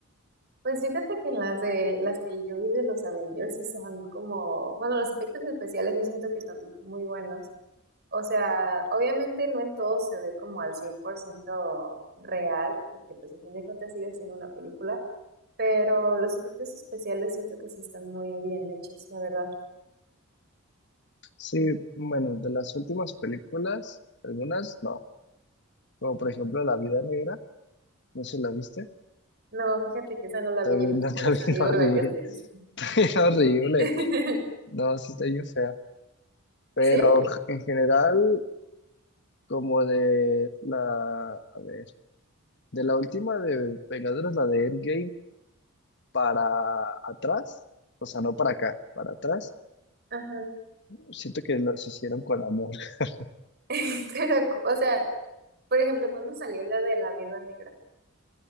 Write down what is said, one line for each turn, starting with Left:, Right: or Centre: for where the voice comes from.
Right: Pues fíjate que en las de las que yo vi de los Avengers sí son como, bueno, los efectos especiales sí siento que son muy buenos. O sea, obviamente no en todo se ve como al 100% real, porque pues a fin de cuentas sigue siendo una película, pero los efectos especiales siento que sí están muy bien hechos, la verdad.
Left: Sí, bueno, de las últimas películas, algunas no. Como por ejemplo La Vida Negra, no sé si la viste.
Right: No, fíjate que esa no la
Left: Está
Right: vi,
Left: bien,
Right: yo creo que
Left: <laughs> no, está
Right: por eso
Left: bien
Right: digo
Left: <laughs> horrible.
Right: lo que estoy
Left: <laughs> Es
Right: <laughs>
Left: horrible. No, sí está bien fea. Pero
Right: ¿Sí?
Left: en general, como de la, a ver, de la última de Vengadores, la de Endgame. para atrás, o sea, no para acá, para atrás.
Right: Ajá.
Left: Siento que los hicieron con amor. <laughs>
Right: <laughs> Pero, o sea, por ejemplo, cuando salió la de la vida negra?